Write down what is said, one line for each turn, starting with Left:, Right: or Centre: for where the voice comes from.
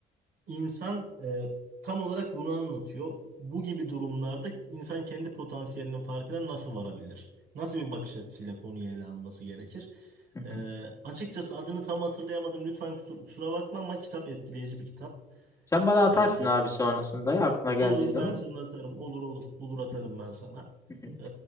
Right: İnsan e, tam olarak bunu anlatıyor. Bu gibi durumlarda insan kendi potansiyelinin farkına nasıl varabilir? Nasıl bir bakış açısıyla konuyu ele alması gerekir?
Left: Hı hı.
Right: E, açıkçası adını tam hatırlayamadım. Lütfen kusur- kusura bakma ama kitap etkileyici bir kitap.
Left: Sen bana atarsın
Right: E,
Left: abi sonrasında ya aklına geldiği
Right: olur
Left: zaman.
Right: ben sana atarım. Olur olur bulur atarım
Left: Hı
Right: ben sana.
Left: hı, hı hı.
Right: E,